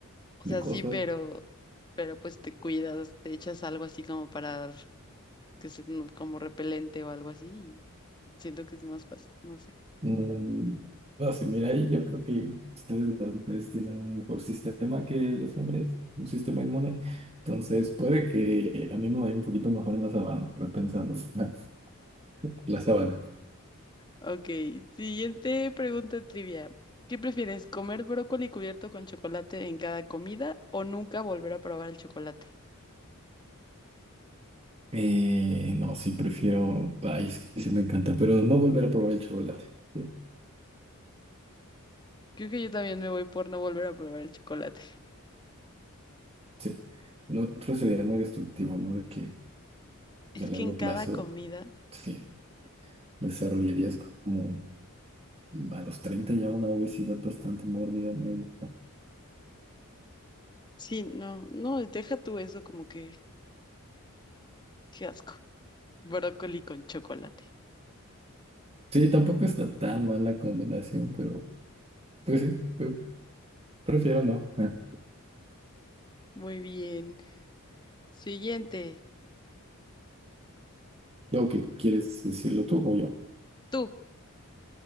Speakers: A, on the left; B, on the right.
A: O
B: de
A: sea,
B: cosas.
A: sí, pero, pero pues te cuidas, te echas algo así como para que es no- como repelente o algo así. y siento que es más fácil, no sé.
B: Mm, no sé, mira, ahí yo creo que ustedes las mujeres tienen un mejor sistema que los hombres, un sistema inmune. Entonces, puede que a mí me vaya un poquito mejor en la sabana, repensando <laughs> la sabana.
A: Ok, siguiente pregunta trivia. ¿Qué prefieres, comer brócoli cubierto con chocolate en cada comida o nunca volver a probar el chocolate?
B: Eh, no, sí, prefiero. Ay, es que sí me encanta, pero no volver a probar el chocolate. Sí,
A: Creo que yo también me voy por no volver a probar el chocolate. <laughs>
B: sí. Lo otro sería muy destructivo, ¿no? De que
A: Es
B: pues, a largo
A: que en cada
B: plazo,
A: comida,
B: sí, desarrollarías como a los 30 ya una obesidad bastante mórbida. medio.
A: sí, no, no, deja tú eso como que, qué asco. Brócoli con chocolate.
B: Sí, tampoco está tan mala combinación, pero pues sí, pre- prefiero no. Ah,
A: Muy bien. Siguiente,
B: Luego que quieres decirlo tú o yo.
A: tú.